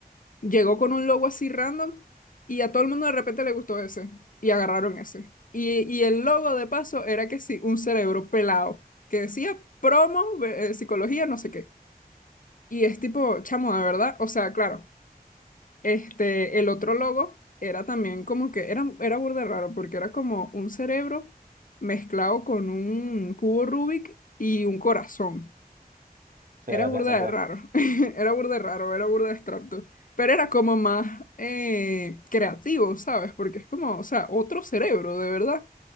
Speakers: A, on the left; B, on the right.
A: llegó con un logo así random y a todo el mundo de repente le gustó ese y agarraron ese. Y, y el logo de paso era que sí, un cerebro pelado que decía promo, eh, psicología, no sé qué. Y es tipo, chamo, de verdad, o sea, claro, este, el otro logo era también como que era, era burda de raro porque era como un cerebro mezclado con un cubo Rubik y un corazón.
B: Sí,
A: Era
B: la
A: burda
B: tía Santiago.
A: de raro, <laughs> era burda de raro, era burda de extracto, pero era como más eh, creativo, ¿sabes? Porque es como, o sea, otro cerebro, de verdad.